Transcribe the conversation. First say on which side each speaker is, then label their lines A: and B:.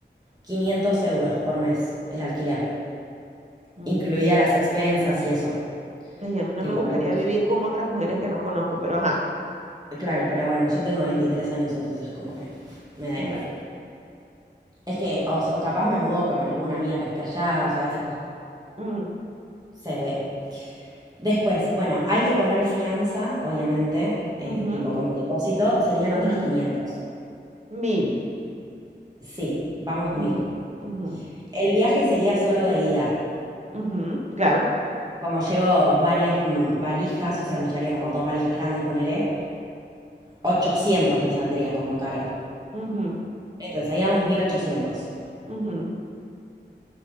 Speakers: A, on the right; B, on the right.
A: 500 euros por mes el alquiler,
B: ujú.
A: incluida las expensas y eso,
B: Ay, a mí no
A: tipo
B: me gustaría
A: luz.
B: vivir con otras mujeres que no conozco, pero ajá.
A: Claro, pero bueno, yo tengo 23 años, entonces como que me da
B: Mm,
A: igual. Es que, o, o capaz me mudo con alguna amiga que esté allá, o sea, esa
B: mm,
A: se ve. Después, bueno, hay que poner fianza, obviamente, eh,
B: ujú,
A: tipo como el depósito, serían
B: ujú,
A: otros 500.
B: Mil.
A: Sí, vamos
B: ujú,
A: mil.
B: ujú,
A: El viaje sería solo de ida.
B: ujú, Claro.
A: Como llevo varias mm, valijas, o sea, me llevaría como dos valijas grandes, ponele, 800 me saldría como caro.
B: ujú,
A: Entonces, ahí vamos 1800.
B: ujú,